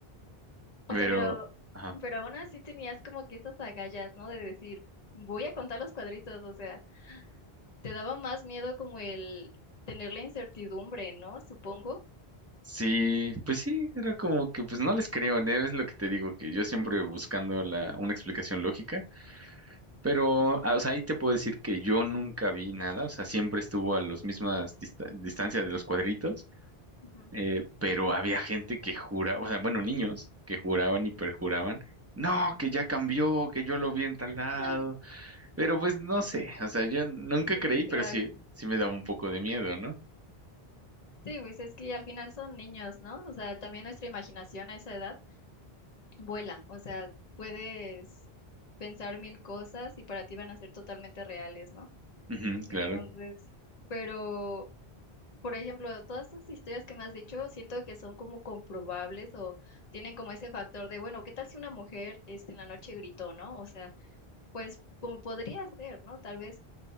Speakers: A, on the right (about 20°); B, on the left (about 40°).
A: Pero,
B: O sea, pero,
A: ajá.
B: pero aún así tenías como que esas agallas, ¿no? De decir, voy a contar los cuadritos. O sea, te daba más miedo como el tener la incertidumbre, ¿no? Supongo.
A: Sí, pues sí, era como que, pues no les creo, ¿no? Es lo que te digo, que yo siempre
B: Ujú,
A: buscando la, una explicación lógica. Pero, ah, o sea, ahí te puedo decir que yo nunca vi nada, o sea, siempre estuvo a las mismas dista- distancias de los cuadritos,
B: ujú.
A: eh, pero había gente que juraba, o sea, bueno, niños que juraban y perjuraban, no, que ya cambió, que yo lo vi en tal lado,
B: <laughs>
A: pero pues no sé, o sea, yo nunca
B: Sí,
A: creí, pero
B: claro.
A: sí, sí me daba un poco de miedo, ¿no?
B: Sí, pues es que al final son niños, ¿no? O sea, también nuestra imaginación a esa edad. vuela, o sea, puedes pensar mil cosas y para ti van a ser totalmente reales, ¿no?
A: Ujú,
B: Entonces,
A: claro,
B: pero, por ejemplo, todas esas historias que me has dicho, siento que son como comprobables o tienen como ese factor de, bueno, ¿qué tal si una mujer, este, en la noche gritó, ¿no? O sea, pues como podría ser, ¿no? Tal vez